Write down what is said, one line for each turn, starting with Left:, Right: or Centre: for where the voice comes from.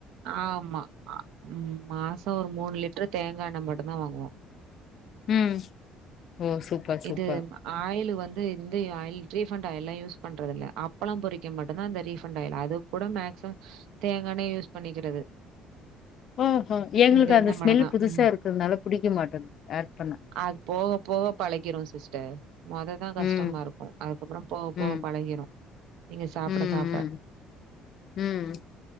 Right: ஆமா ஆ ம் மாசோ ஒரு மூணு லிட் ட்ரு தேங்கா எண்ணெ மட்டுந்தா வாங்குவோ
Left: ம் ஓ சூப்பர் சூப்பர்
Right: இது ஆயில்லு வந்து இந்த ஆயில் ரீஃபண்ட் ஆயில்லா யூஸ் பண்றதுல்ல அப்பளம் பொறிக்க மட்டுந்தா அந்த ரீபண்ட் ஆயில் அது கூட மேக்சிமம் தேங்கா யூஸ் பண்ணிக்கிறது
Left: ஓஹோ எங்களுக்கு
Right: இந்த
Left: அந்த
Right: எண்ணெய்
Left: ஸ்மெல்
Right: மட்டும் தான்.
Left: புதுசா
Right: ம்.
Left: இருக்குறதுனால புடிக்க மாட்டேது ஆட் பண்ண
Right: அது போக போக பளக்கிறு சிஸ்டர் மொததா கஷ்டமா
Left: ம்
Right: இருக்கு அதுக்கப்புறம் போக போக
Left: ம்
Right: பழகிரு நீங்க சாப்ட
Left: ம்
Right: சாப்ட
Left: ம் ம்